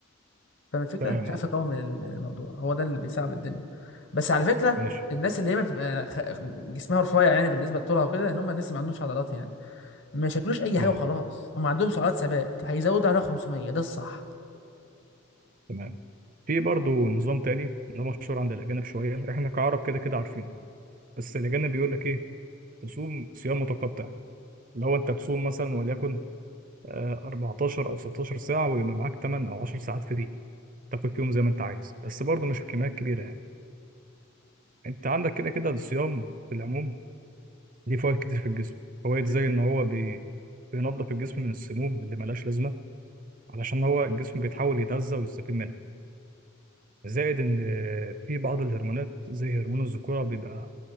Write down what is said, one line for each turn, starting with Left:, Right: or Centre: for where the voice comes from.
Left: فاهم الفكره
Right: تمام
Left: مش
Right: اه
Left: عارف يقاوم الموضوع
Right: آه،
Left: هو ده اللي بيصعب الدنيا بس على فكره
Right: ماشي
Left: الناس اللي هي ما بتبقى خ... جسمها رفيع يعني بالنسبه لطولها وكده ان هم الناس اللي ما عندهمش عضلات يعني ما يشكلوش اي
Right: تمام
Left: حاجه وخلاص هم عندهم سعرات ثبات هيزودوا عليها 500 ده الصح
Right: تمام في برضه نظام تاني ده مشهور عند الاجانب شويه احنا كعرب كده كده عارفينه بس الاجانب بيقول لك ايه تصوم صيام متقطع لو انت تصوم مثلا وليكن آه، 14 او 16 ساعه ويبقى معاك 8 او 10 ساعات فري تاكل فيهم زي ما انت عايز بس برضه مش كميات كبيره يعني انت عندك كده كده الصيام في العموم ليه فوائد كتير في الجسم فوائد زي ان هو بي... بينظف الجسم من السموم اللي ملهاش لازمه علشان هو الجسم بيتحاول يتغذى ويستفيد منها زائد ان آه، في بعض الهرمونات زي هرمون الذكوره بيبقى